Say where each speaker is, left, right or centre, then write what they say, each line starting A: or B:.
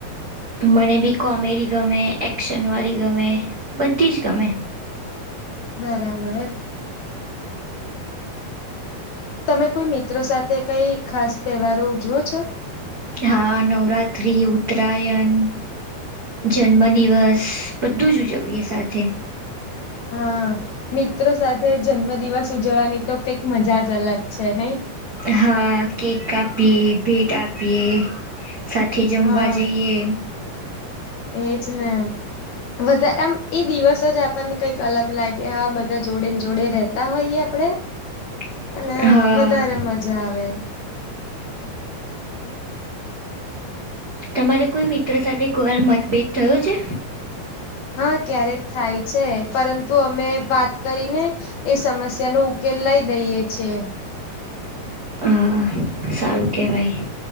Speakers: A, on the right; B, on the left.
A: મને બી કોમેડી ગમે એક્શનવાળી ગમે બધી જ ગમે.
B: બરાબર. તમે કોઈ મિત્ર સાથે કઈ ખાસ તહેવારો ઉજવો છો.
A: હા નવરાત્રી ઉત્તરાયણ જન્મ દિવસ બધું જ ઉજવીએ સાથે.
B: હા મિત્રો સાથે જન્મ દિવસ ઉજવવાની તો કઈક મજા જ અલગ છે નઈ.
A: હા કેક કાપીએ ભેટ આપીએ. સાથે જમવા
B: હા
A: જઈએ.
B: એજ ને. વધારે આમ એ દિવસ જ આપણને કઈક અલગ લાગે હા બધા જોડે ને જોડે રહે. તા હોય આપડે
A: <inaudible>
B: અને
A: હા
B: વધારે મજા આવે.
A: તમારે કોઈ મિત્ર સાથે કોઈ વાર મતભેદ થયો છે.
B: હા ક્યારેક થાય છે પરંતુ અમે વાત કરીને એ સમસ્યા નો ઉકેલ લઈ દઈે છે.
A: અ સારું કહેવાય